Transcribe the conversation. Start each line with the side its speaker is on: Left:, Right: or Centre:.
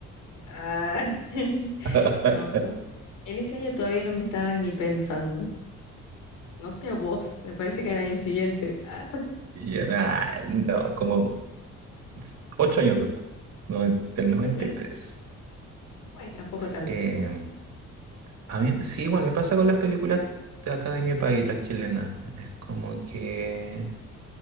Left: Ah, <laughs>
Right: <laughs>
Left: No, to- en ese año todavía no me estaban ni pensando. No sé a vos, me parece que al año siguiente. Ah.
Right: Y yo, ah, no, como s- ocho años después, no, del
Left: <laughs>
Right: noventa y tres
Left: Bueno, tampoco tanto.
Right: Em, A mí, sí, igual me pasa con las películas de acá de mi país, las chilenas. Es como que